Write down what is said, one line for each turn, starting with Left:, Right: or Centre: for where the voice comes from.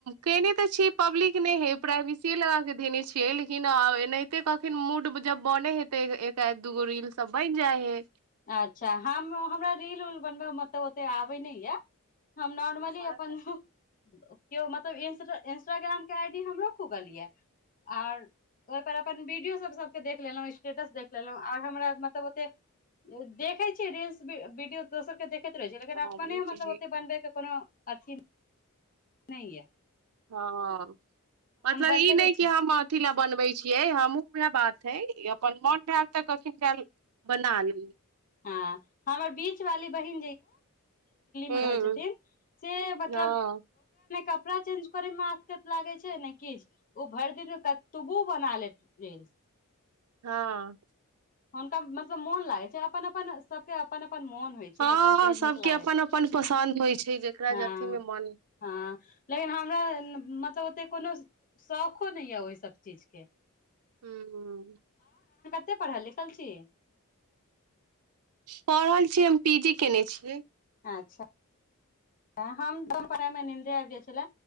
Right: कयने तऽ छियै पब्लिक नहि हे प्राइवेसीए लग कऽ देने छियै लेकिन एनाहिते कखन मूड जब बन हे तऽ एकाध दूगो रीलसभ बनि जाइ हे।
Left: अच्छा हम हमरा रील उल बनबयमे मतलब ओतेक आबै नहि यए। हम नॉर्मली
Right: तऽ
Left: अपन। केओ मतलब इं इंस्टाग्रामके आई डी हमरो खुगल यै। आर ओहिपर अपन वीडियो सब सब। देखेना ह। स्टेटस देख लेलहुँ आ हमरा मतलब ओते। देखै छीियै रस वीडियो। तोसरके देख। रह छै लेकिन
Right: हमही
Left: अपने मतलब
Right: कहै
Left: ओत बनबै के कोनो अथी नहि यऽ
Right: हँ मतलब
Left: बनबे
Right: ई नहि कि
Left: छी
Right: हम अथी लए बनबैत छियै हमहूँ उएह बात हइ अपन मन भल तऽ कथििन भेल बनाल
Left: ह हमर बीच वाली। ी
Right: हूँ
Left: मे रह मत।
Right: हँ
Left: कपड़ा चेंज करे मे आसकत लागे छै ने कि ओ भरि दिन मे कबो बना ले रल्स।
Right: हां
Left: हुनका मतलब मोन लागै छै अपन अपन सबके अपन अपन मोन होइ छै
Right: हँ
Left: जकरा जे
Right: सभके
Left: नीक लागै
Right: अपन
Left: छै
Right: अपन पसन्द होइ छै, जकरा
Left: हँ
Right: जे अथिमे मन
Left: हँ लेकिन हमरा मतलब ओतेक कोनो शौखो नहि यऽ ओहिसभ चीज के।
Right: हू
Left: कतेक पढ़ल लिखल छी
Right: पढ़ल छीिय हम पी जी केने छियै।
Left: अच्छा हम पढ़ाइमे निन्दे आबि जाइत छले